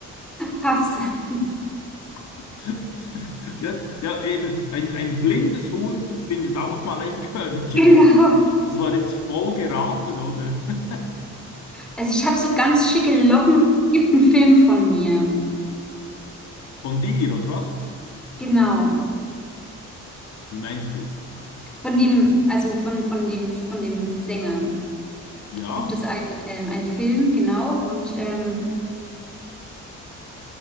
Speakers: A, in the centre; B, on the left (about 65°).
A: Passt. <laughs>
B: <laughs> Ja, ja, eben, ein, ein blindes Huhn findet auch mal ein Körnchen.
A: Genau.
B: Das war jetzt voll geraten, oder? <laughs>
A: Also ich habe so ganz schicke Locken. gibt einen Film von mir.
B: Von dir, oder was?
A: Genau.
B: Wie meinst du?
A: Von dem, also von, von dem, von dem Sänger
B: Ja,
A: gibt es einen, ähm, einen Film, genau. Und, ähm,